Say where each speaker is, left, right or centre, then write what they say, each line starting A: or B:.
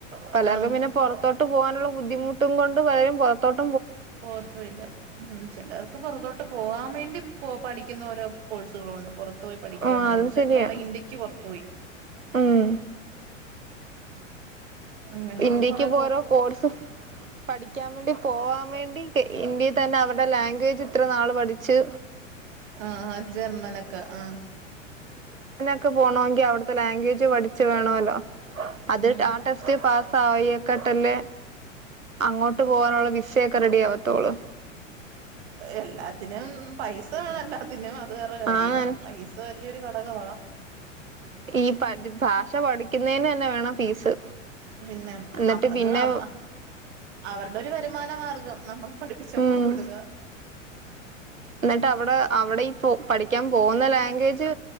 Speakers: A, on the right (about 85°); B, on the right (about 55°).
A: പലർക്കും
B: ആഹ്
A: പിന്നെ പുറത്തോട്ട് പോകാനുള്ള ബുദ്ധിമുട്ട് ട്ടും കൊണ്ട് പലരും പുറത്തോട്ട്
B: പോകത്തതില്ല ചിലവർക്ക് പുറത്തോട്ട് പോകാൻ വേണ്ടി പഠിക്കുന്നവരോ കോഴ്സുകളുണ്ട് പുറത്തു പോയി പഠിക്കാൻ
A: ആഹ്
B: വേണ്ടി
A: അതും ശരിയാ
B: നമ്മുടെ ഇന്ത്യക്ക് പുറത്തു പോയി
A: ഉം
B: അങ്ങനെയും
A: ഇന്ത്യക്ക്
B: കൊറെ
A: പോരോ കോഴ്സ് പഠിക്കാൻ വേണ്ടി പോവാൻ വേണ്ടി ഇന്ത്യ തന്നെ അവരുടെ ലാംഗ്വേജ് ഇത്ര നാള് പഠിച്ച്
B: ആ ജർമ്മനൊക്കെ ആ
A: പുറത്ത് പോകണമെങ്കിൽ അവിടുത്തെ ലാംഗ്വേജ് പഠിച്ചു വേണമല്ലോ അത്
B: ഉം
A: ആ ടെസ്റ്റ് പാസ് സായിക്കാട്ടല്ലേ അങ്ങോട്ട് പോവാനുള്ള വിസയൊക്കെ റെഡി ആവത്തോളു
B: എല്ലാത്തിനും പൈസ വേണം അതിനാ അത് വേറെ കാര്യം
A: ആണ്
B: പൈസ വലിയൊരു ഘടകമാ
A: ഈ പഠി ഭാഷ പഠിക്കുന്നതിന് തന്നെ വേണം ഫീസ്
B: പിന്നെ
A: എന്നിട്ട്
B: അവ അത്
A: പിന്നെ
B: അവ അവരുടെ ഒരു വരുമാന മാർഗം നമ്മള് പഠിപ്പിച്ച് അങ്ങോട്ട്
A: ഉം
B: വിടുക
A: എന്നിട്ട് അവിടെ അവിടെ ഇപ്പോ പഠിക്കാൻ പോകുന്ന ലാംഗ്വേജ്